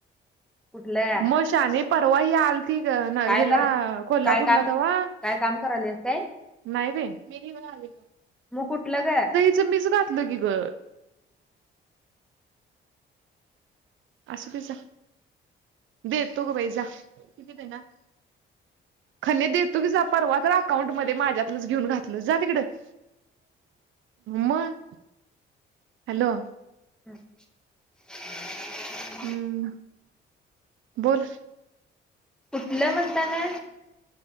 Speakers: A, in the centre; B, on the right.
A: कुठल्या?
B: मग शहाणे परवा हि आलती ती
A: काय
B: हेला
A: कर
B: कोल्हापूर
A: काय काम
B: ला तवा
A: काय काम करायलेस काय
B: नाही बाई
A: मग कुठलं ग?
B: मीच घातलो की ग असू ते जा दे तो ग बाई जा किती देणार? खन्नी देतो की जा परवा तर अकाउंट मध्ये माझ्यातलंच घेऊन घातलं जा तिकडं मग हॅलो
A: हम् <unintelligible>
B: हम्म बोल
A: कुठलं म्हणताना?